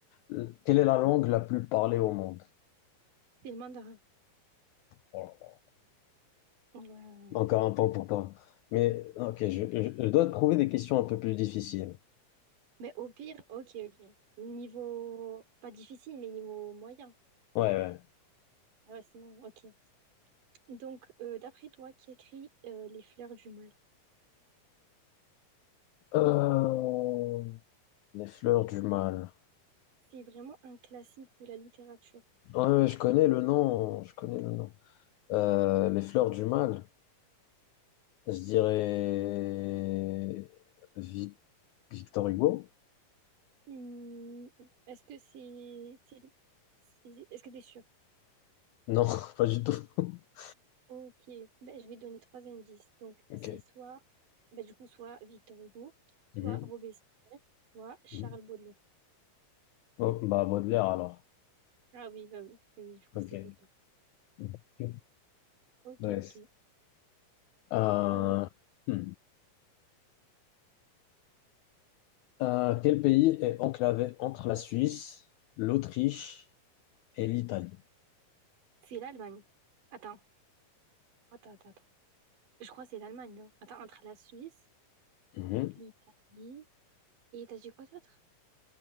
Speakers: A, on the left (about 85°); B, on the right (about 70°).
A: Euh, Quelle est la langue la plus parlée au monde?
B: C'est le mandarin.
A: Voilà.
B: Ouais, ouais,
A: Encore
B: ouais.
A: un point pour toi. Mais ok, je, je- je dois te trouver des questions un peu plus difficiles.
B: Mais au pire, ok, ok. Niveau, pas difficile, mais niveau moyen.
A: Ouais, ouais.
B: Ah Ouais, sinon, ok. Donc, euh, d'après toi, qui écrit euh, Les fleurs du mal?
A: Euh, Les fleurs du mal.
B: C'est vraiment un classique de la littérature.
A: Ouais, ouais, je connais le nom. Je connais le nom. Euh, les fleurs du mal. Je dirais Vic- Victor Hugo?
B: Hmm, est-ce que c'est... c'est- c'est- Est-ce que t'es sûr?
A: Non, <laughs> pas du tout. <laughs>
B: Ok. Ben, je vais donner trois indices. Donc,
A: Ok.
B: c'est soit... ben, du coup, soit Victor Hugo, soit
A: Mhm.
B: Robespierre, soit Charles
A: Mhm.
B: Baudelaire.
A: Bon, bah Baudelaire alors.
B: Ah oui, bah oui. Oui, du coup,
A: Ok.
B: c'est Baudelaire.
A: Ok.
B: Ok,
A: Nice.
B: ok.
A: Euh,
B: Euh,
A: hmm. Euh, quel pays est enclavé entre la Suisse, l'Autriche et l'Italie?
B: c'est l'Allemagne. Attends. Attends, attends, attends. Je crois que c'est l'Allemagne, non? Attends, entre la Suisse,
A: Mhm.
B: l'Italie et t'as dit quoi d'autre?